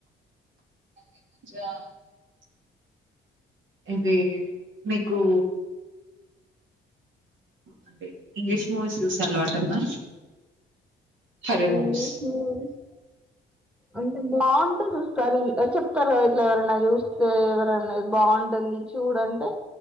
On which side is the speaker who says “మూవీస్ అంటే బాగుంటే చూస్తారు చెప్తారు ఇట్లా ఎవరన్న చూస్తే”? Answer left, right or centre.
Centre